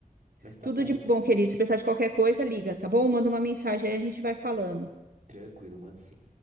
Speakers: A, on the right (about 55°); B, on the right (about 85°).
A: Mas tá
B: Tudo
A: bom.
B: de bom, querido. Se precisar de qualquer coisa, liga, tá bom? Manda uma mensagem aí, a gente vai falando.
A: Tranquilo, manda sim.